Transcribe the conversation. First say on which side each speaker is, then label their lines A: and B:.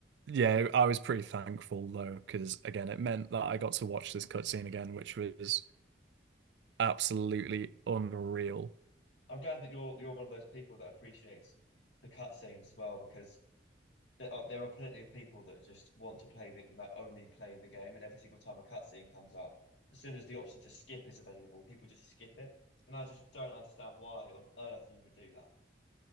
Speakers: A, on the right (about 70°); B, on the left (about 75°).
A: yeah, I was pretty thankful though, because again, it meant that I got to watch this cutscene again, which was absolutely unreal.
B: I'm glad that you're you're one of those people that appreciates the cutscenes as well, because there are there are plenty of people that just want to play the like only play the game, and every single time a cutscene comes up, as soon as the option to skip is available, people just skip it, and I just don't understand why on earth you would do that.